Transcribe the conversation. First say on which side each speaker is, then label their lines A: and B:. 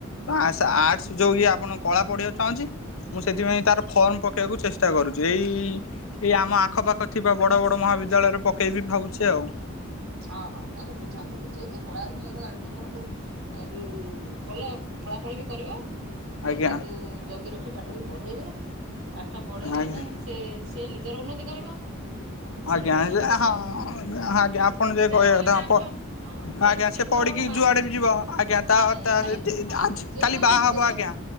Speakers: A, on the left; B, on the right.
A: ଆସ ଆର୍ଟସ ଯୋଉ ଇଏ ଆପଣ କଳା ପଢିବାକୁ ଚାହୁଁଛି ମୁଁ ସେଥିପାଇଁ ତାର ଫର୍ମ ପକେଇବାକୁ ଚେଷ୍ଟା କରୁ ଏଇ ଏଇ ଆମ ଆଖପାଖ ଥିବା ବଡ ବଡ ମହାବିଦ୍ୟାଳୟରେ ପକେଇବି ଭାବୁଚି ଆଉ।
B: ହଁ ହଁ ତାଙ୍କୁ ବୁଝାନ୍ତୁ ବୁଝେଇକି କଳାରେ ହିଁ ଆଡିମିସନ କରନ୍ତୁ ଆଉ ଯୋଉ ଭଲ ଫଳା ଫଳି ବି କରିବ।
A: ଆଜ୍ଞା
B: ଆଉ ତାକୁ ଜଗି ରଖି ପାଠ ବି ପଢେଇବେ ପାଠ ପଢେଇଲେ
A: ଆଜ୍ଞା
B: ହିଁ ସେ ସେ ନିଜର ଉନ୍ନତି କରିବ ଆଉ ଘରର
A: ଆଜ୍ଞା
B: ବି ଉନ୍ନତି କରିବ।
A: ହଁ ଆଜ୍ଞା ପଣ ଯେ
B: ଯାହା
A: କହିବା
B: ହେଲେ
A: କଥା
B: ତା
A: ଆପ
B: ଛୁଆ ହଁ
A: ଆଜ୍ଞା
B: କାଲି
A: ସେ
B: ସକାଳେ
A: ପଢିକି
B: ଗୋଟେ ମା
A: ଯୁଆଡେ ବି ଯିବ ଆଜ୍ଞା ତା
B: ନାଇଁ ନାଇଁ
A: ତା
B: କାଲି
A: ଦେ ଦେ
B: ହଁ
A: ଆଜି
B: ନିଜେ
A: କାଲି
B: ତ
A: ବାହା
B: ନିଜେ
A: ହବ
B: ତ
A: ଆଜ୍ଞା